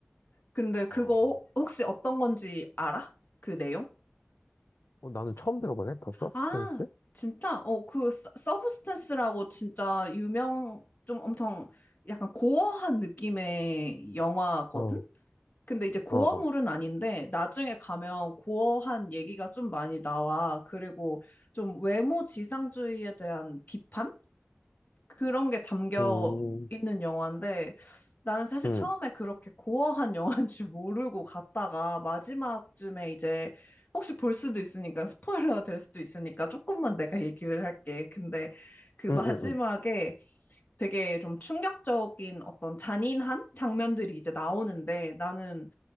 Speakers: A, on the left; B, on the left.
A: 근데 그거
B: 어,
A: 혹시 어떤 건지 알아? 그 내용?
B: 어, 나는 처음 들어보네. 더 서브스탠스?
A: 아, 진짜? 어, 그 서- 서브스탄스라고 진짜 유명 좀 엄청 약간 고어한 느낌의 영화거든.
B: 어,
A: 근데 이제 고어물은
B: 어, 어.
A: 아닌데 나중에 가면 고어한 얘기가 좀 많이 나와. 그리고 좀 외모 지상주의에 대한 비판? 그런 게 담겨
B: 음,
A: 있는 영화인데 나는 사실
B: 음,
A: 처음에 그렇게 고어한 영화인 줄 모르고 갔다가 마지막쯤에 이제 혹시 볼 수도 있으니까 스포일러가 될 수도 있으니까 조금만 내가 얘기를 할게. 근데 그 마지막에
B: 음, 음, 음.
A: 되게 좀 충격적인 어떤 잔인한 장면들이 이제 나오는데 나는